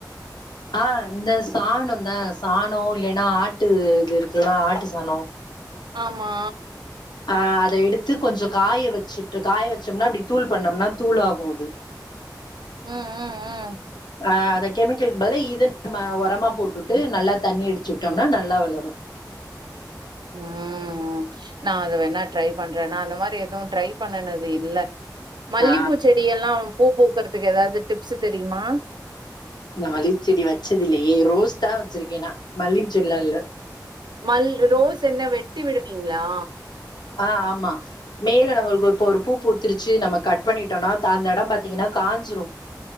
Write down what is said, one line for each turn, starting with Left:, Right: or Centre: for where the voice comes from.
Left: ஆ இந்த சாண தா சா <unintelligible> இல்லலைன்னா ஆட்டு இது இருக்குல்லா ஆட்டு சாணோ
Right: ஆமா
Left: ஆ அத எடுத்து கொஞ்ச காய வச்சுட்டு காய வச்சோம்னா அப்படி தூள் பண்ணோம்னா தூள் ஆகு அது
Right: ம் ம் ம்
Left: ஆ அத கெமிக்கலு பதுலு இது நம்ம உரமா போட்டுட்டு நல்லா தண்ணி அடிச்சு விட்டோம்னா நல்லா வளரு
Right: ம் நா அது வேணா ட்ரை பண்றேன்னா அந்த மாரி எதுவு ட்ரை பண்ணனது இல்ல மல்லிப்பூச்செடி
Left: ஆ
Right: எல்லா பூ பூக்குறதுக்கு ஏதாவது டிப்ஸ் தெரியுமா
Left: இந்த மல்லிகை செடி வச்சதுல்லையே ரோஸ் தா வச்சிருக்கேன்னா மல்லிகை செடி எல்லா இல்ல
Right: மல் ரோஸ் என்ன வெட்டி விடுவீங்களா
Left: ஆ ஆமா மேல நம்மளுக்கு இப்ப ஒரு பூ புத்துருச்சு நம்ம கட் பண்ணிட்டோம்னா த அந்த இடம் பாத்தீங்கன்னா காஞ்சிரு